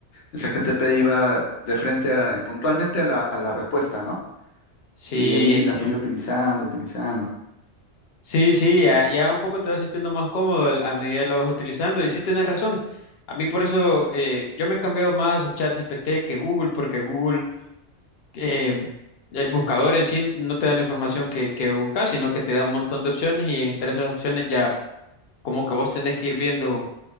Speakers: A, on the left; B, on the left.
A: el ChatGPT iba de frente a- puntualmente a la, a la respuesta, ¿no?
B: Sí,
A: Y ahí la
B: sí.
A: fui utilizando, utilizando.
B: Sí, sí, ya, ya un poco te vas sintiendo más cómodo al- a medida que lo vas utilizando. Y sí tienes razón. A mí por eso eh, yo me he cambiado más a ChatGPT que Google, porque Google, eh, el buscador en sí no te da la información que, que buscas, sino que te da un montón de opciones y entre esas opciones ya como que vos tenés que ir viendo